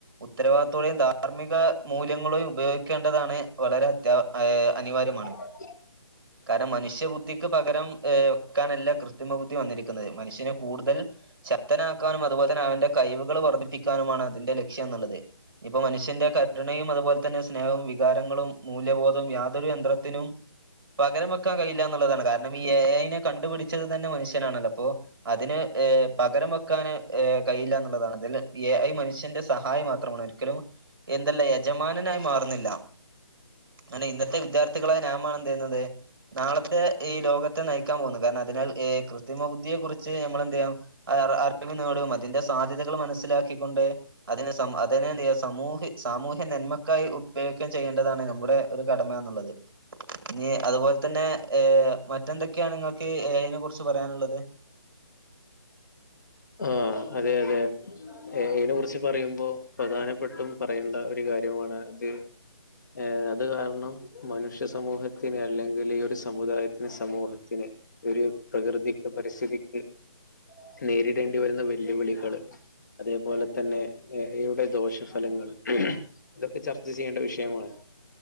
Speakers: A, on the right; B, on the left.
A: ഉത്തരവാദിത്തത്തോടെയും ധാർമ്മിക മൂല്യങ്ങളയും ഉപയോഗിക്കേണ്ടതാണ് വളരെ അത്യാ അനിവാര്യമാണ്.
B: ഓക്ക
A: കാരണം മനുഷ്യബുദ്ധിക്ക് പകരം ഏ വെക്കാനല്ല കൃസ്ത്രിമ ബുദ്ധി വന്നിരിക്കുന്നത് മനുഷ്യനെ കൂടുതൽ ശക്തനാക്കാനും അതുപോലെ തന്നെ അവറെ കഴിവുകൾ വർദ്ധിപ്പിക്കാനുമാണ് അതിന്റെ ലക്ഷ്യം എന്നുള്ളത്. ഇപ്പൊ മനുഷ്യന്റെ കരുണയും അതുപോലെ തന്നെ സ്നേഹവും വികാരങ്ങളും മൂല്യബോധവും യാതൊരു യന്ത്രത്തിനും പകരം വെക്കാൻ കഴിയില്ല എന്നുള്ളതാണ് കാരണം ഈ എ ഐ യിനെ കണ്ടുപിടിച്ചത് തന്നെ മനുഷ്യനാണല്ലോ അപ്പോ അതിന് പകരം വെക്ക ക്കന് കഴിയില്ല എന്നുള്ളതാണ്. അതിൽ ഏ ഐ മനുഷ്യന്റെ സഹായം മാത്രമാണ് ഒരിക്കലും എന്തല്ല യജമാനനായി മാറുന്നില്ല. അനെ ഇന്നത്തെ വിദ്യാർത്ഥികളായ നാമാണ് എന്ത് ചെയ്യുന്നത് നാളത്തെ ഈ ലോകത്തെ നയിക്കാൻ പോകുന്നു കാരണം അതിനാൽ ക്രിത്രിമ ബുദ്ധിയെ കുറിച്ച് നമ്മളെന്ത് ചെയ്യണം അറി വി നേടും അതിന്റെ സാധ്യതകൾ മനസ്സിലാക്കിക്കൊണ്ട് അതിന് സമഅതിന് സമൂഹി സാമൂഹ്യ നന്മക്കായി ഉപയോഗിക്കയും ചെയ്യേണ്ടതാണ് നമ്മുടെ ഒരു കടമ എന്നുള്ളത്. ഇനി അതുപോലെ തന്നെ ഏ മറ്റെന്തൊക്കെയാണ് നിങ്ങൾക്ക് എ ഐ നെ കുറിച്ച് പറയാനുള്ളത്.
B: ആഹ അതെ അതെ എ ഐനെ കുറിച്ച് പറയുമ്പോ പ്രധാനപ്പെട്ടും പറയേണ്ട ഒരു കാര്യമാണ് അത് ഏ അത് കാരണം മനുഷ്യ സമൂഹത്തിന് അല്ലെങ്കില് ഈ ഒരു സമുദായത്തിന് സമൂഹത്തിന് ഒരു പ്രകൃതിക്ക് പരിസ്ഥിതിക്ക് നേരിടേണ്ടി വരുന്ന വെല്ലുവിളികള് അതേപോലെ തന്നെ എ എ യുടെ ദോഷഫലങ്ങള് ഇതൊക്കെ ചർച്ച ചെയ്യേണ്ട വിഷയമാണ്